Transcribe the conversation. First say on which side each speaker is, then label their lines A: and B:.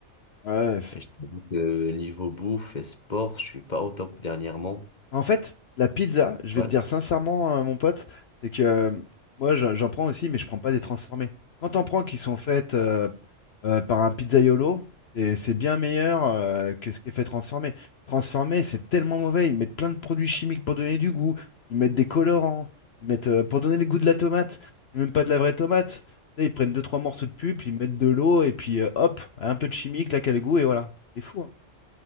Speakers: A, on the left; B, on the left.
A: Ouais, c'est
B: Et je t'avoue que niveau bouffe et sport, je suis pas au top dernièrement.
A: En fait, la pizza, je vais
B: Ouais.
A: te dire sincèrement, euh, mon pote, c'est que euh, moi je- j'en prends aussi, mais je prends pas des transformées. Quand t'en prends qui sont faites euh, euh, par un pizzaiolo, c'est c'est bien meilleur euh, que ce qui est fait transformé. Transformé, c'est tellement mauvais. Ils mettent plein de produits chimiques pour donner du goût. Ils mettent des colorants. Ils mettent euh, pour donner le goût de la tomate. C'est même pas de la vraie tomate. Tu sais, Ils prennent deux trois morceaux de pulpe, ils mettent de l'eau et puis euh, hop, un peu de chimique, là, quel goût et voilà. C'est fou, hein.